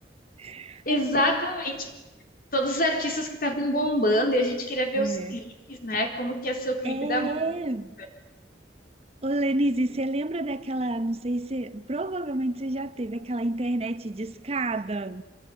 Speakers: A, on the right; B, on the left.
A: <laughs>
B: Exatamente.
A: aí eu ficava.
B: Todos os artistas que estavam bombando e a gente queria ver
A: É.
B: os clipes, né? Como que ia ser o clipe
A: É.
B: da música.
A: Ô, Lenise, você lembra daquela, não sei se, provavelmente você já teve aquela internet discada?